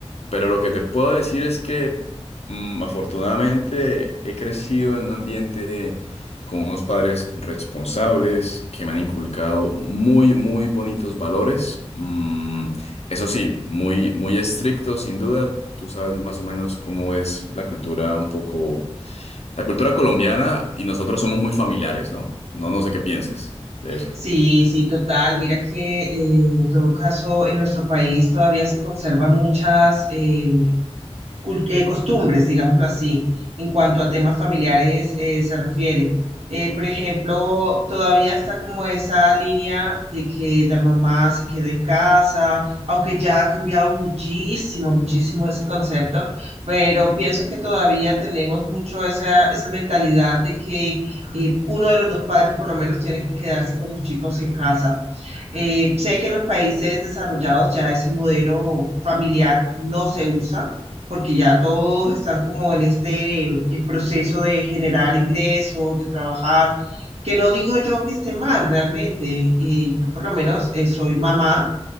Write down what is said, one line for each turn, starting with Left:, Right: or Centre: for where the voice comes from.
Left: Pero lo que te puedo decir es que mm, afortunadamente he crecido en un ambiente con unos padres responsables que me han inculcado muy, muy bonitos valores. Mm, eso sí, muy, muy estrictos, sin duda. Tú sabes más o menos cómo es la cultura un poco, la cultura colombiana y nosotros somos muy familiares, ¿no? No, no sé qué pienses de eso.
Right: Sí, sí, total. Mira que eh, en todo caso en nuestro país todavía se conservan muchas em, cul- eh, costumbres, digámoslo así, en cuanto a temas familiares eh, se refiere. Eh, por ejemplo, todavía está como esa línea de que la mamá se quede en casa, aunque ya ha cambiado muchísimo, muchísimo ese concepto, pero pienso que todavía tenemos mucho esa, esa mentalidad de que eh, uno de los dos padres por lo menos tiene que quedarse con los chicos en casa. Eh, sé que en los países desarrollados ya ese modelo familiar no se usa, porque ya todos están como en este mm, el proceso de generar ingresos, de trabajar, que no digo yo que esté mal realmente, eh, yo por lo menos eh, soy mamá